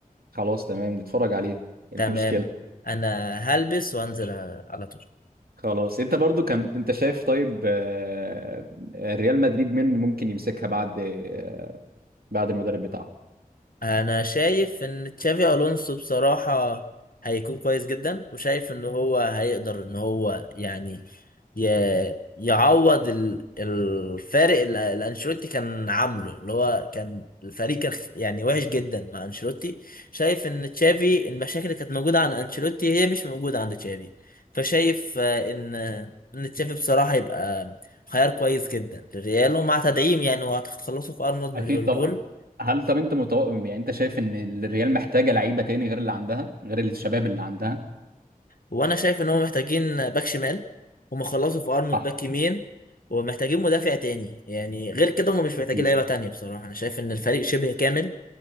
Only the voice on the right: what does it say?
خلاص تمام نتفرج عليه إيه
المشكلة
خلاص انت برضو كان انت شايف طيب آه، آه، ريال مدريد مين ممكن يمسكها بعد آه، بعد المدرب بتاعه
اكيد
طبعا هل طب انت متوقع يعني انت شايف ان الريال محتاجة لعيبة تاني غير اللي عندها غير الشباب اللي عندها
صح
امم